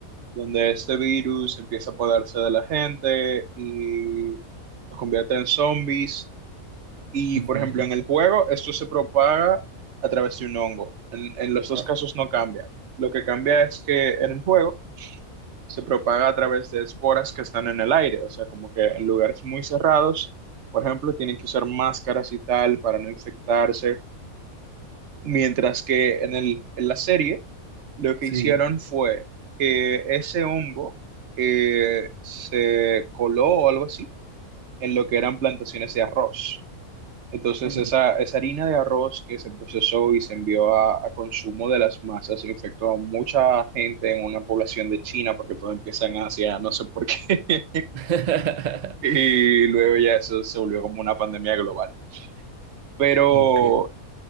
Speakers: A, on the right; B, on the right.
A: donde este virus empieza a apoderarse de la gente y los convierte en zombies. Y,
B: ujú.
A: por ejemplo, en el juego, esto se propaga a través de un hongo. En, en los dos
B: Ah,
A: casos no cambia. Lo que cambia es que en el juego se propaga a través de esporas que están en el aire, o sea, como que en lugares muy cerrados, por ejemplo, tienen que usar máscaras y tal para no infectarse. Mientras que en el, en la serie lo que
B: sí.
A: hicieron fue que ese hongo eh, se coló o algo así en lo que eran plantaciones de arroz. Entonces
B: ujú.
A: esa, esa harina de arroz que se procesó y se envió a, a consumo de las masas infectó a mucha gente en una población de China porque todo empieza en Asia, no sé por qué. <laughs>
B: <laughs>
A: Y luego ya eso se volvió como una pandemia global. Pero
B: Ok.